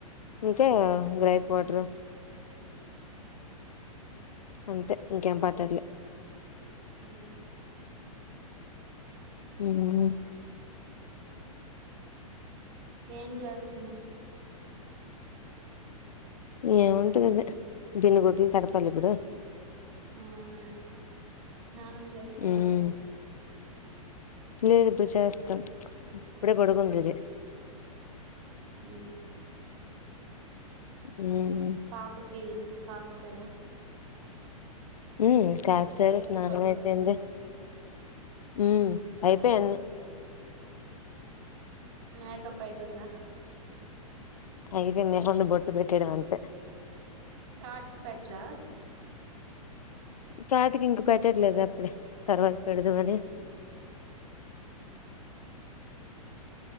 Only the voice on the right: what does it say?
ఉ
ఏం చేస్తున్నావ్
అవునా స్నానం చేస్తవా
ఉ
పాపుకి కాప్ సర
చేసి
పడుకోబెట్టు
మేకప్ అయిపోయిందా
కాటుక పెట్రా